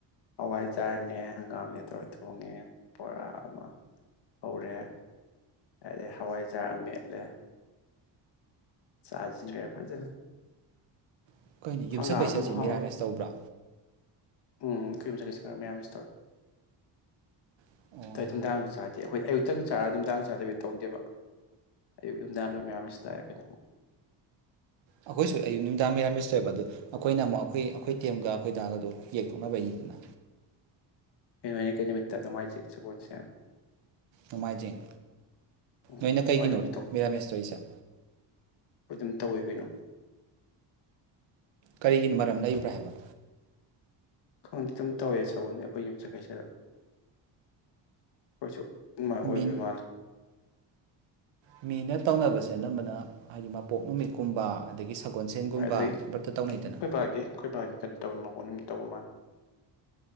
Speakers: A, on the left (about 60°); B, on the right (about 75°).
A: ꯍꯋꯥꯏꯖꯥꯔꯅꯦ ꯍꯪꯒꯥꯝꯅꯦ ꯇꯧꯔ ꯊꯣꯡꯉꯦ ꯕꯣꯔꯥ ꯑꯃ ꯍꯧꯔꯦ ꯑꯗꯩ ꯍꯋꯥꯏꯖꯥꯔ ꯃꯦꯠꯂꯦ ꯆꯥꯁꯤꯡꯒꯔ ꯐꯖꯅ
B: ꯑꯩꯈꯣꯏꯅꯤ ꯌꯨꯝꯁꯛ
A: ꯍꯪꯒꯥꯝ
B: ꯀꯩꯁꯠꯁꯦ
A: ꯑꯗꯨꯝ ꯍꯥꯎꯔꯤ
B: ꯃꯤꯔꯥꯃꯦꯁ ꯇꯧꯕ꯭ꯔꯥ
A: ꯎꯝ ꯐꯤꯨꯝ ꯆꯒꯦ ꯁꯔ ꯃꯌꯥꯝ ꯃꯤꯁꯇ
B: ꯑꯣ
A: ꯊꯨꯝ ꯇꯥꯡ ꯆ ꯑꯩꯈꯣꯏ ꯑꯌꯨꯛꯇꯪ ꯆꯥꯔ ꯅꯨꯡꯗꯥꯡ ꯆꯥꯗꯕꯤ ꯇꯧꯗꯦꯕ ꯑꯌꯨꯛ ꯅꯨꯡꯗꯥꯡ ꯂꯣꯏ ꯃꯌꯥꯝꯁꯤꯗ ꯑꯩꯈꯣꯏꯅ ꯑꯃꯨꯛ
B: ꯑꯩꯈꯣꯏꯁꯨ ꯑꯌꯨꯛ ꯅꯨꯃꯤꯗꯥꯡ ꯃꯔꯥ ꯃꯤꯁ ꯇꯣꯏꯑꯕ ꯑꯗ ꯑꯩꯈꯣꯏꯅ ꯑꯃꯨꯛ ꯑꯩꯈꯣꯏ ꯑꯩꯈꯣꯏ ꯇꯦꯝꯒ ꯑꯩꯈꯣꯏ ꯗꯥꯒꯗꯣ ꯌꯦꯡꯊꯣꯛꯅꯕꯒꯤꯗꯅ
A: ꯑꯩꯅꯩꯅ ꯀꯩ ꯅꯨꯃꯤꯠꯇ ꯅꯨꯡꯉꯥꯏꯖꯩ ꯁꯒꯣꯜꯁꯦ
B: ꯅꯣꯡꯃꯥꯏꯖꯤꯡ
A: ꯎꯝ
B: ꯅꯣꯏꯅ ꯀꯩꯒꯤꯅꯣ
A: ꯅꯣꯡꯃꯥꯏꯖꯤꯡꯁꯨ
B: ꯃꯤꯔꯥꯃꯦꯁꯇ ꯑꯩꯁꯦ
A: ꯑꯩꯣꯏ ꯑꯗꯨꯝ ꯇꯧꯋꯤ ꯀꯩꯅꯣ
B: ꯀꯔꯤꯒꯤꯅꯣ ꯃꯔꯝ ꯂꯩꯕ꯭ꯔꯥ ꯍꯥꯏꯕ
A: ꯈꯪꯗꯦ ꯑꯗꯨꯝ ꯇꯧꯋꯦ ꯁꯒꯣꯜꯅꯤ ꯑꯩꯈꯣꯏ ꯌꯨꯝꯆꯀꯩꯁꯗ ꯑꯩꯈꯣꯏꯁꯨ ꯃꯥꯏ
B: ꯃꯤ
A: ꯑꯣꯏꯕꯤꯃꯥꯔ <inaudible>
B: ꯃꯤꯅ ꯇꯧꯅꯕꯁꯦ ꯑꯅꯝꯕꯅ ꯍꯥꯏꯗꯤ ꯃꯄꯣꯛ ꯅꯨꯃꯤꯠꯀꯨꯝꯕ ꯑꯗꯒꯤ ꯁꯒꯣꯜꯁꯦꯟꯒꯨꯝꯕ
A: ꯍꯣꯏ ꯑꯗꯨꯩ ꯑꯩꯈꯣꯏ
B: ꯕ꯭ꯔꯠꯇ ꯇꯧꯅꯩꯗꯅ
A: ꯄꯥꯒꯤ ꯑꯩꯈꯣꯏ ꯄꯥꯒꯤ ꯀꯩꯅꯣ ꯇ ꯄꯣꯠ ꯇꯧꯕ ꯃꯥ